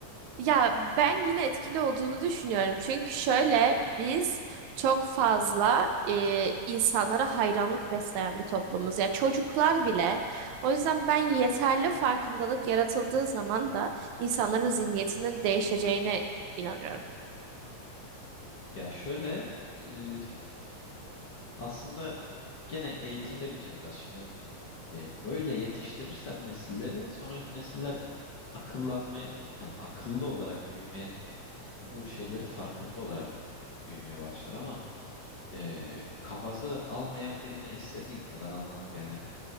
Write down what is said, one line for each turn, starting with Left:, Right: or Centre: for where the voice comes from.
Right: Ya ben yine etkili olduğunu düşünüyorum. Çünkü şöyle biz çok fazla e, insanlara hayranlık besleyen bir toplumuz. Ya çocuklar bile. O yüzden ben yeterli farkındalık yaratıldığı zaman da insanların zihniyetinin değişeceğine inanıyorum.
Left: Ya şöyle e, aslında gene eğitimde bitiyor biraz şimdi. E, böyle yetiştirirsen nesilleri sonraki nesiller akıllanmaya hani akıllı olarak büyümeye bu şeyleri farkında olarak büyümeye başlar ama e, kafası almayan birine istediğin kadar anlat yani.